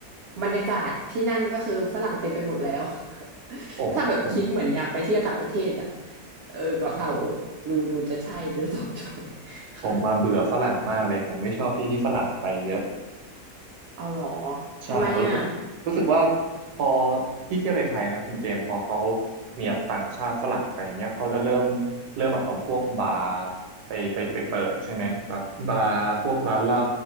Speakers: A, on the right (about 70°); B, on the right (about 85°).
A: บรรยากาศที่นั่นก็คือฝรั่งเต็มไปหมดแล้ว
B: โอ้ผม
A: <laughs> ถ้าแบบคิดเหมือนอยากไปเที่ยวต่างประเทศอ่ะเออเกาะเต่า
B: อ๋อ
A: ดูดูจะใช่หรือตอบโจทย์ค่ะ
B: ผมมาเบื่อฝรั่งมากเลยผมไม่ชอบที่ที่ฝรั่งไปเยอะ
A: เอาเหรอ
B: ใช่ผมรู้สึกรู้สึกว่า
A: ทำไมอ่ะ
B: พอที่เที่ยวในไทยนะคุณเจนพอเขามีแบบต่างชาติฝรั่งไปอย่างเงี้ยเขาจะเริ่มเริ่มแบบเอาพวกบาร์ไปไปไปเปิดใช่ไหมแบบบาร์พวกร้านเหล้า